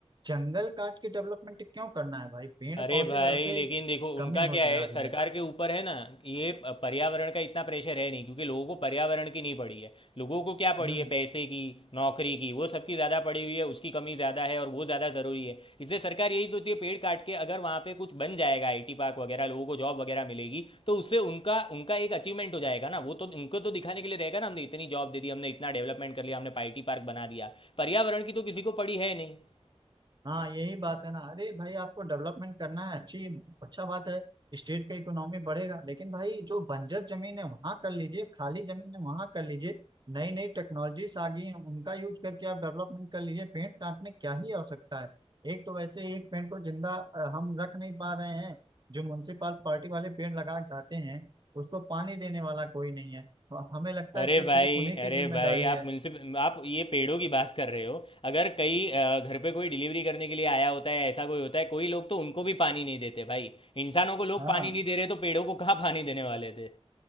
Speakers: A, on the right; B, on the left.
A: जंगल काट के डेवलपमेंट क्यों करना है भाई पेड़
B: अरे
A: पौधे
B: भाई
A: वैसे
B: लेकिन
A: ही
B: देखो
A: कमी
B: उनका
A: होती
B: क्या है
A: जा रही
B: सरकार
A: है
B: के ऊपर है ना ये प- पर्यावरण का इतना प्रेशर है नहीं क्योंकि लोगों को पर्यावरण की नहीं पड़ी है लोगों को क्या पड़ी
A: हम्म
B: है पैसे की नौकरी की वो सबकी ज़्यादा पड़ी हुई है उसकी कमी ज़्यादा है और वो ज़्यादा ज़रूरी है इसलिए सरकार यही सोचती है पेड़ काट के अगर वहाँ पे कुछ बन जाएगा आईटी पार्क वगैरह लोगों को जॉब वगैरह मिलेगी तो उससे उनका उनका एक अचीवमेंट हो जाएगा ना वो तो उनको तो दिखाने के लिए रहेगा ना हमने इतनी जॉब दे दी हमने इतना डेवलपमेंट कर लिया हमने आईटी पार्क बना दिया पर्यावरण की तो किसी को पड़ी है नहीं हम्म।
A: हाँ यही बात है ना अरे भाई आपको डेवलपमेंट करना है अच्छी अच्छा बात है स्टेट का इकोनॉमी बढ़ेगा लेकिन भाई जो बंजर जमीन है वहां कर लीजिए खाली जमीन है वहां कर लीजिए नई नई टेक्नोलॉजीज आ गई हैं उनका यूज करके आप डेवलपमेंट कर लीजिए पेड़ काटने क्या ही आवश्यकता है एक तो वैसे ही एक पेड़ को जिंदा अ, हम रख नहीं पा रहे हैं जो म्युनिसिपाल पार्टी वाले पेड़ लगा के जाते हैं उसको पानी देने वाला कोई नहीं है और हमें लगता है
B: अरे
A: कि वो सिर्फ
B: भाई
A: उन्हीं की
B: अरे
A: जिम्मेदारी
B: भाई आप
A: है
B: मुझसे आप ये पेड़ों की बात कर रहे हो अगर कई अ, घर पे कोई डिलीवरी करने के लिए आया होता है ऐसा कोई होता है कोई लोग तो उनको भी पानी नहीं देते भाई इंसानों को लोग
A: हाँ
B: पानी नहीं दे रहे तो पेड़ों को कहाँ पानी देने वाले थे